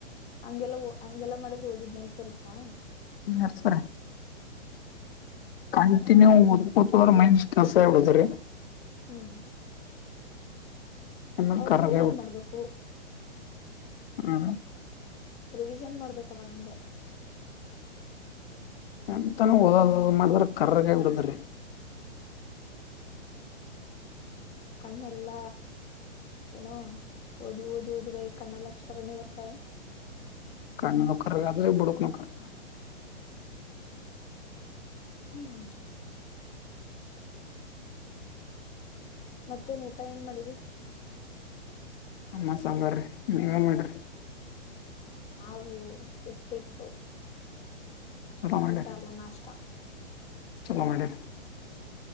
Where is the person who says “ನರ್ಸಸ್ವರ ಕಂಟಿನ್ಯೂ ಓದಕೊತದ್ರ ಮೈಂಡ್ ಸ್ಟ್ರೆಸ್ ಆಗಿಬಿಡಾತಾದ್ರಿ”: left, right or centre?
Left